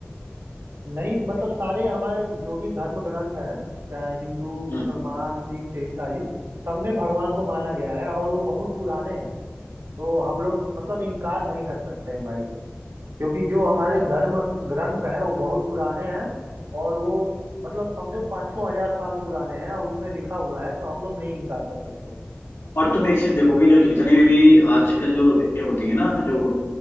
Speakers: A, on the right; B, on the left.
A: नहीं मतलब सारे हमारे जो भी धर्म ग्रंथ हैं चाहे हिंदू मुसलमान
B: हम्म
A: सिख ईसाई सब में भगवान को माना गया है और वो बहुत पुराने हैं तो हम लोग मतलब इनकार नहीं कर सकते हैं भाई क्योंकि जो हमारे धर्म ग्रंथ हैं वो बहुत पुराने हैं और वो मतलब समझो पाँचों हजार साल पुराने हैं और उसमें लिखा हुआ है तो हम लोग नहीं इनकार कर सकते
B: और तुम एक चीज देखोगे जो जितने भी आजकल जो ये होती है ना जो